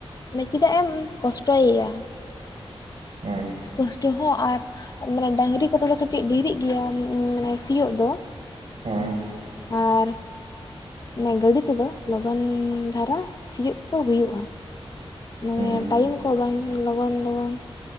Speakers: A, on the left; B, on the right.
A: ᱪᱮᱫᱟᱜ ᱮᱢ ᱠᱚᱥᱴᱚᱭᱟ
B: ᱦᱮᱸ
A: ᱠᱚᱥᱴᱚ ᱦᱚᱸ ᱟᱨ ᱢᱟᱱᱮ ᱰᱟᱝᱨᱤ ᱠᱚᱛᱮ ᱫᱚ ᱠᱟᱹᱴᱤᱡ ᱰᱮᱨᱤᱜ ᱜᱮᱭᱟ ᱢᱟᱱᱮ ᱥᱤᱭᱳᱜ ᱫᱚ
B: ᱦᱮᱸ
A: ᱟᱨ ᱚᱱᱮ ᱜᱟᱹᱲᱤ ᱛᱮᱫᱚ ᱞᱚᱜᱚᱱ ᱫᱷᱟᱨᱟ ᱥᱤᱭᱳᱜ ᱠᱚ ᱦᱩᱭᱩᱜ-ᱟ ᱢᱟᱱᱮ
B: ᱦᱮᱸ
A: ᱴᱟᱭᱤᱢ ᱠᱚ ᱵᱟᱝ ᱞᱚᱜᱚᱱ ᱞᱚᱜᱚᱱ